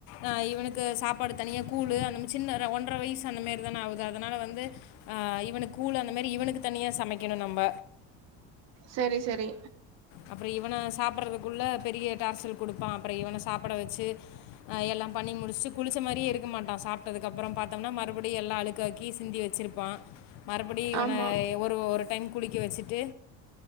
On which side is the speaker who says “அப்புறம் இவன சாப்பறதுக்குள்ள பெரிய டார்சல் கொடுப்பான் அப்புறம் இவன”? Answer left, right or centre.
Left